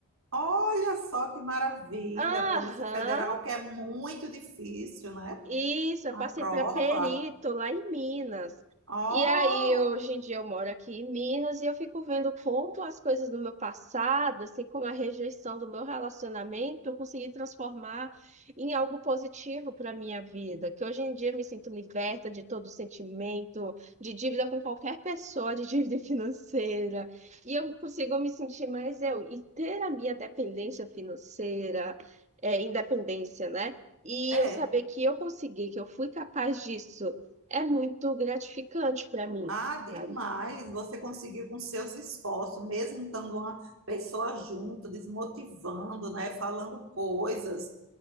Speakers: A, on the right (about 70°); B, on the right (about 30°).
A: Olha só que maravilha,
B: Aham,
A: a Polícia Federal, que é muito difícil, né?
B: Isso, eu
A: A
B: passei
A: prova.
B: para Perito, lá em Minas.
A: Ó,
B: E aí, eu- hoje em dia, eu moro aqui em Minas e eu fico vendo como as coisas do meu passado, assim como a rejeição do meu relacionamento, eu consegui transformar em algo positivo para a minha vida. Que hoje em dia eu me sinto liberta de todo sentimento, de dívida com qualquer pessoa, de dívida <laughs> financeira. E eu consigo me sentir mais eu. E ter a minha dependência financeira, é, independência, né? E
A: é.
B: eu saber que eu consegui, que eu fui capaz disso, é muito gratificante para mim,
A: Ah, demais.
B: sabe?
A: Você conseguiu com seus esforços, mesmo estando uma pessoa junto, desmotivando, né? Falando coisas